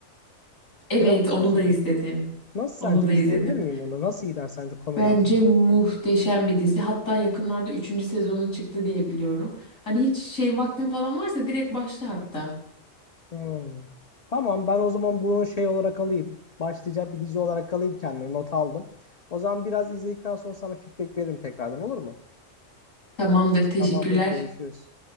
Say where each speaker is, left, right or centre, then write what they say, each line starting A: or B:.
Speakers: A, on the left (about 80°); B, on the left (about 40°).
A: Evet,
B: Friends'i
A: onu
B: izledin
A: da izledim.
B: mi? Nasıl
A: Onu
B: sence
A: da
B: izleyebilir
A: izledim.
B: miyim onu? Nasıl gider sence komedi
A: Bence
B: anlamında?
A: muhteşem bir dizi. Hatta yakınlarda üçüncü sezonu çıktı diye biliyorum. Hani hiç şey vaktin falan varsa direkt başla hatta.
B: Hmm. Tamam ben o zaman bunu şey olarak alayım. Başlayacak bir dizi olarak alayım kendime. Not aldım. O zaman biraz izledikten sonra sana feedback veririm tekrardan olur mu?
A: Tamamdır, teşekkürler.
B: Tamamdır görüşürüz.